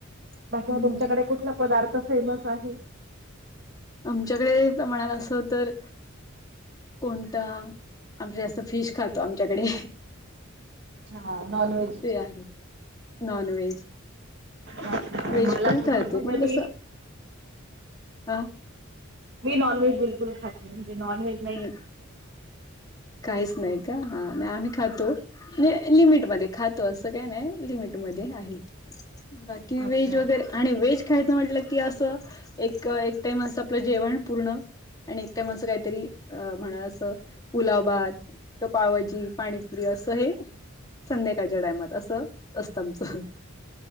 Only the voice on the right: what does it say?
बाकी
तुमच्याकडे कुठला पदार्थ फेमस आहे.
अच्छा नॉनव्हेज
मला
बिलकुल
म्हणजे
मी
मीॉनव्हेज बिलकल खातली म्हजे ननवहेज
अच्छा